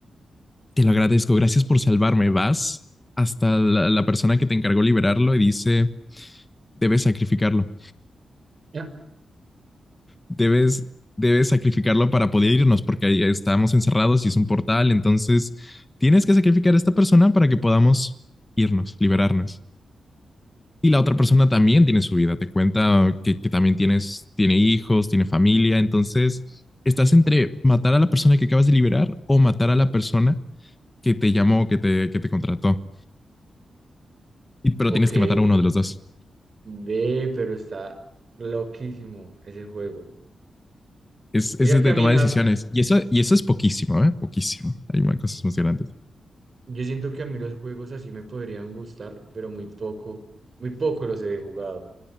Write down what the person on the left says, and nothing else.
Te lo agradezco. Gracias por salvarme. Vas hasta la, la persona que te encargó liberarlo y dice, debes sacrificarlo.
debes, debes sacrificarlo para poder irnos, porque ahí estamos encerrados y es un portal, entonces tienes que sacrificar a esta persona para que podamos irnos, liberarnos. Y la otra persona también tiene su vida, te cuenta que, que también tienes, tiene hijos, tiene familia, entonces estás entre matar a la persona que acabas de liberar o matar a la persona que te llamó, que te, que te contrató, Y- pero
tienes que matar a uno de los dos.
Es, es
de
tomar
decisiones. Y eso, y eso es poquísimo, ¿eh? Poquísimo. Hay más cosas más grandes.